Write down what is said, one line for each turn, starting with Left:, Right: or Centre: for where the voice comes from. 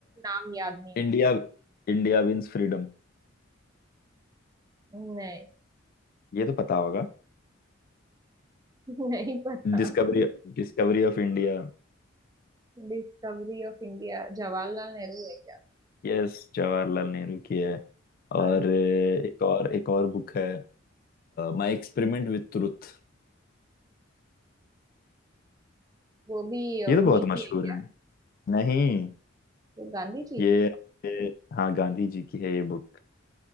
Right: नाम याद नहीं
Left: इंडिया
Right: होते
Left: इंडिया विंस फ्रीडम
Right: नहीं
Left: ये तो पता होगा
Right: <laughs> नहीं पता
Left: Discovery discovery of India
Right: Discovery of India Jawaharlal Nehru है क्या
Left: Yes Jawaharlal Nehru की है
Right: हाँ,
Left: और अ, एक और एक और बुक है माय एक्सपेरिमेंट विथ ट्रुथ
Right: वो भी उन्हीं
Left: ये तो बहुत
Right: की
Left: मशहूर
Right: है क्या
Left: है नहीं
Right: वो गांधी जी
Left: ये ये- हाँ गांधी जी की है ये बुक